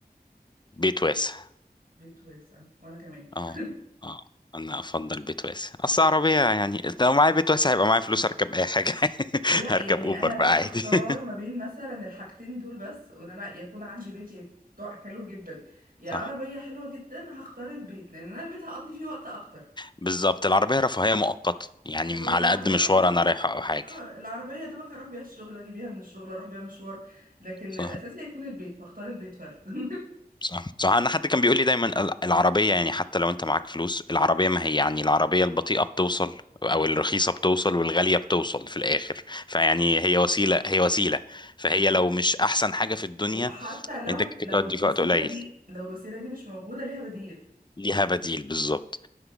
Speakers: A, on the left; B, on the right.
A: بيت واسع
B: بيت واسع وانا كمان <laughs>
A: اه اه انا افضل بيت واسع اصل عربيه يعني لو معايا بيت واسع هيبقى معايا فلوس اركب اي حاجه <laughs>
B: لا
A: هركب
B: يعني
A: اوبر
B: انا
A: بقى
B: لو هختار
A: عادي <laughs>
B: ما بين مثلا الحاجتين دول بس وان انا يكون عندي بيت يت- حلو جدا يا
A: صح
B: عربية حلوة جدا هختار البيت لان انا البيت هقضي فيه وقت اكتر
A: بالظبط العربيه رفاهيه مؤقته يعني
B: العربية
A: على قد مشوار
B: يا دوبك
A: انا رايحه او حاجه
B: اه العربية يا دوبك اروح بيها الشغل اجي بيها من الشغل اروح بيها مشوار لكن
A: صح
B: الاساسي هيكون البيت فاختار البيت فعلا <laughs>
A: صح صح انا حد كان بيقول لي دايما ال- العربيه يعني حتى لو انت معاك فلوس العربيه ما هي يعني العربيه البطيئه بتوصل او الرخيصه بتوصل والغاليه بتوصل في الاخر فيعني هي وسيله هي وسيله فهي
B: بالظبط
A: لو مش احسن حاجه في الدنيا
B: وحتى لو
A: انت كده
B: لو
A: تودي
B: الوسيلة
A: في وقت قليل
B: دي لو الوسيلة دي مش موجودة ليها بديل
A: ليها بديل بالظبط